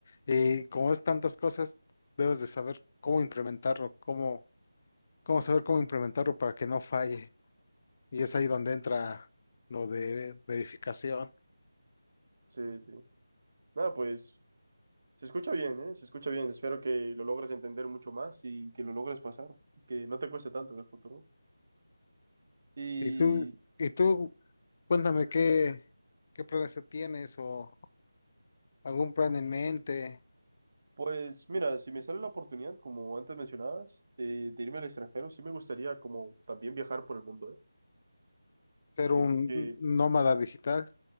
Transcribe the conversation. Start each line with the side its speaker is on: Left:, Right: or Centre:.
Left: Y como es tantas cosas, debes de saber cómo implementarlo, cómo cómo saber cómo implementarlo para que no falle. Y es ahí donde entra lo de verificación.
Right: Sí, sí. Nada, pues se escucha bien, ¿eh? Se escucha bien. Espero que lo logres entender mucho más y que lo logres pasar. Que no te cueste tanto en el futuro. y
Left: Y tú, y tú, cuéntame qué, qué planes tienes o algún plan en mente,
Right: Pues mira, si me sale la oportunidad, como antes mencionabas, eh, de irme al extranjero, sí me gustaría como también viajar por el mundo, ¿eh?
Left: ser
Right: Siento
Left: un
Right: que,
Left: nómada digital.